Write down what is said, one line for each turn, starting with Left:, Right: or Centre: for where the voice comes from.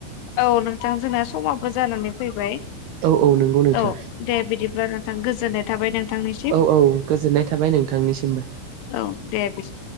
Left: औ नोंथां जोंना समाबो जानानै फैबाय
Right: औ औ नंगौ नोंथां
Left: औ दे बिदिब्ला नोंथां गोजोननाय थाबाय नोंथांनिसिम।
Right: औ औ गोजोननाय थाबाय नोंथांनिसिमबो
Left: औ दे बिस